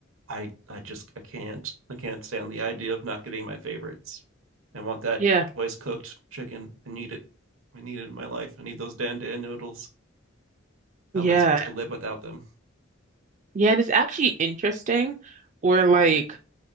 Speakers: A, on the right; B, on the right.
A: I I just I can't I can't stand the idea of not getting my favorites. I want that
B: Yeah.
A: twice cooked chicken. I need it. I need it in my life. I need those dandan noodles.
B: Yeah.
A: How am I supposed to live without them?
B: Yeah. And it's actually interesting where like